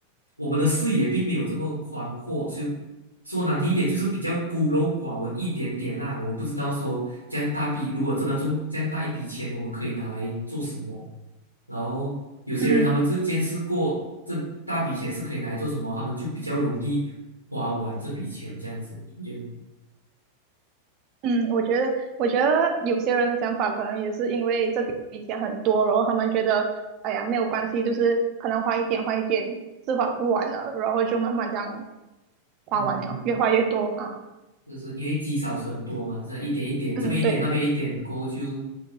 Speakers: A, on the left; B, on the right.
A: 我们的视野并没有这么宽阔，就说难听一点，就是比较孤陋寡闻一点点啦。我们不知道说这样大笔，如果真的中这样大一笔钱，我们可以拿来做什么。然后有些人他们就是见识过这大笔钱是可以拿来做什么，
B: 嗯。
A: 他们就比较容易花完这笔钱这样子。我觉得，
B: 嗯，我觉得，我觉得有些人的想法可能也是因为这笔钱很多，然后他们觉得，哎呀，没有关系，就是可能花一点花一点，是花不完了，然后就慢慢这样花完了，
A: 嗯嗯，
B: 越花越多啊。
A: 就是因为积少成多嘛，这样一点一点，
B: 嗯，
A: 这边一点，
B: 对，
A: 那边一点，过后就